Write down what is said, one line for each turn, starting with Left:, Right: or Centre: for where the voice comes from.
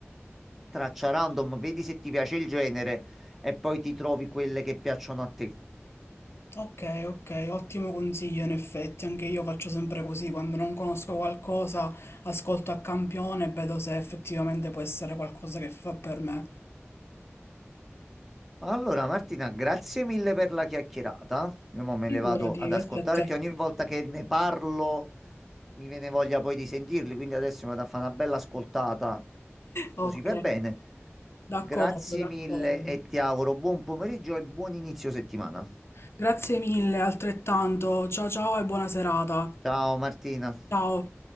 Centre: traccia random, vedi se ti piace il genere e poi ti trovi quelle che piacciono a te.
Left: Ok, ok, ottimo consiglio in effetti, anche io faccio sempre così, quando non conosco qualcosa ascolto a campione e vedo se effettivamente può essere qualcosa che fa per me.
Centre: Allora, Martina, grazie mille per la chiacchierata. Io mo me
Left: Figurati,
Centre: le vado ad
Left: grazie
Centre: ascoltare
Left: a te.
Centre: che ogni volta che ne parlo mi viene voglia poi di sentirli, quindi adesso mi vado a fare una bella ascoltata così
Left: Ok,
Centre: per bene.
Left: d'accordo,
Centre: Grazie
Left: d'accordo.
Centre: mille e ti auguro buon pomeriggio e buon inizio settimana.
Left: Grazie mille, altrettanto. Ciao ciao e buona serata.
Centre: Ciao Martina.
Left: Ciao.